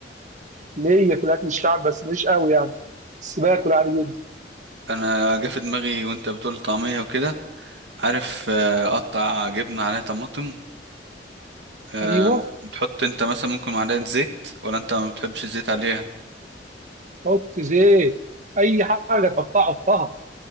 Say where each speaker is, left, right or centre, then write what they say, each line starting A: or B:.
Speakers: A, on the right; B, on the right.
A: ليا في الاكل الشعب بس مش قوي يعني بس باكل عادي جدا
B: انا جه في دماغي وانت بتقول طعميه وكده عارف آه، قطع جبنه عليها طماطم آه،
A: ايوه
B: تحط انت مثلا ممكن معلقه زيت ولا انت ما بتحبش الزيت عليها
A: حط زيت اي حاجه تحطها حطها